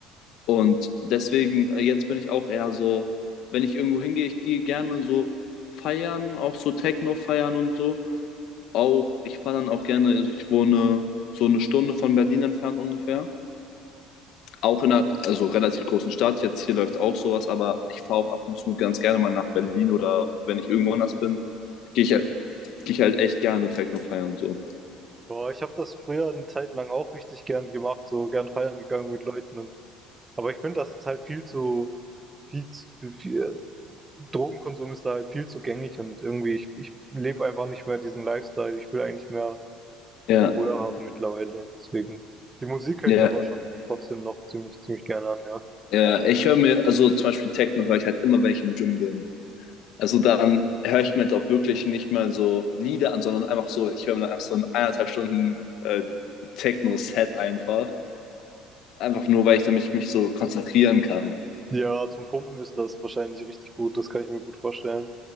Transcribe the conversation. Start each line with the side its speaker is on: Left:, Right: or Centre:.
Left: Und deswegen, äh, jetzt bin ich auch eher so, wenn ich irgendwo hingehe, ich gehe gerne so feiern, auch so Techno feiern und so. Auch, ich fahre dann auch gerne, also ich wohne so eine Stunde von Berlin entfernt ungefähr. Auch in einer, also relativ großen Stadt. Jetzt hier läuft auch sowas, aber ich fahre auch ab und zu ganz gerne mal nach Berlin oder wenn ich irgendwo anders bin, gehe ich, halt- gehe ich halt echt gerne Techno feiern und so.
Right: Boah, ich habe das früher eine Zeit lang auch richtig gern gemacht, so gern feiern gegangen mit Leuten und, aber ich finde, das ist halt viel zu, viel zu, viel, Drogenkonsum ist da halt viel zu gängig und irgendwie, ich, ich lebe einfach nicht mehr diesen Lifestyle. Ich will eigentlich mehr
Left: Ja,
Right: meine Ruhe haben mittlerweile. Deswegen. Die Musik höre
Left: ja.
Right: ich aber schon trotzdem noch ziemlich, ziemlich gerne an, ja.
Left: Ja, ich höre mir, also zum Beispiel Techno höre ich halt immer, wenn ich im Gym bin. Also dann höre ich mir halt auch wirklich nicht mal so Lieder an, sondern einfach so, ich höre mir dann einfach so ein eineinhalb Stunden äh, Techno-Set einfach. Einfach nur, weil ich damit mich so konzentrieren kann.
Right: Ja, zum Pumpen ist das wahrscheinlich richtig gut, das kann ich mir gut vorstellen.